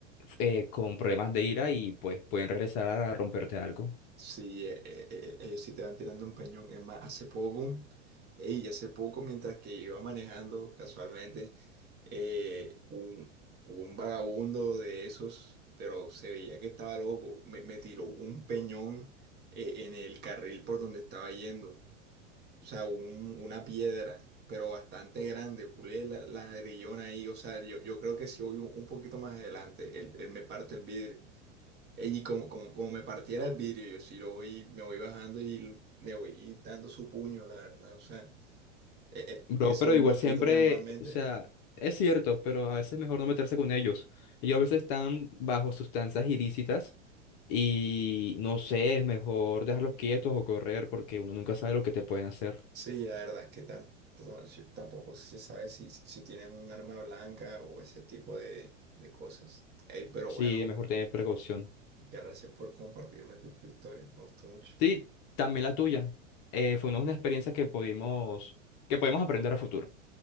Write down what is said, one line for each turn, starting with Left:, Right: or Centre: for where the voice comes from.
Left: eh, con problemas de ira y pues pueden regresar a romperte algo.
Right: Sí, eh, eh, eh, ellos sí te van tirando un peñón. Es más, hace poco, ey, hace poco, mientras que iba manejando casualmente, eh, un, un vagabundo de esos, pero se veía que estaba loco, me, me tiró un peñón, eh, en el carril por donde estaba yendo. O sea, un- una piedra, pero bastante grande, culé la, la grillona ahí, o sea, yo, yo creo que si voy un, un poquito más adelante, él, él me parte el vidrio, Ey, y como, como, como me partiera el vidrio, yo sí lo voy, me voy bajando y le voy dando su puño, la verdad, o sea, eh, eh,
Left: Bro,
Right: esos
Left: pero igual
Right: loquitos
Left: siempre,
Right: normalmente,
Left: o sea, es cierto, pero a veces es mejor no meterse con ellos. Ellos a veces están bajo sustancias ilícitas y no sé, es mejor dejarlos quietos o correr porque uno nunca sabe lo que te pueden hacer.
Right: sí, la verdad es que tam- to- sí, tampoco se sabe si, si tienen un arma blanca o ese tipo de, de cosas, Ey, pero
Left: Sí,
Right: bueno,
Left: es mejor tener precaución.
Right: gracias por compartirme tu tu historia, me gustó mucho,
Left: Sí, también la tuya. Eh, fue una, una experiencia que pudimos, que podemos aprender a futuro.